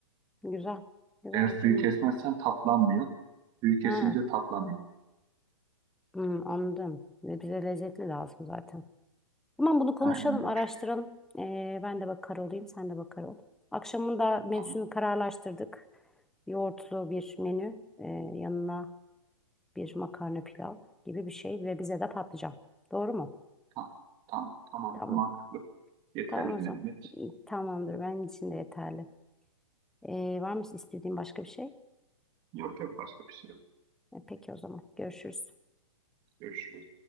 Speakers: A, in the centre; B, on the right.
A: Güzel. Güzel
B: Eğer suyu
A: bir deneyim.
B: kesmezsen tatlanmıyor. Suyu kesince
A: Ha,
B: tatlanıyor.
A: hı, anladım. Ve Bize lezzetli lazım zaten. Tamam bunu konuşalım,
B: Aynen öyle.
A: araştıralım. Ee, ben de bakar olayım, sen de bakar ol. Akşamında menüsünü
B: Tamam.
A: kararlaştırdık. Yoğurtlu bir menü, ee, yanına bir makarna pilav gibi bir şey ve bize de patlıcan. Doğru mu?
B: Tamam. Tamam. Tamam.
A: Tamam.
B: Mantıklı. Yeterli
A: Tamam o zaman.
B: bir memet.
A: Tamamdır, benim için de yeterli. Ee, var mı istediğin başka bir şey?
B: Yok yok başka bir şey yok.
A: E, peki o zaman görüşürüz.
B: Görüşürüz.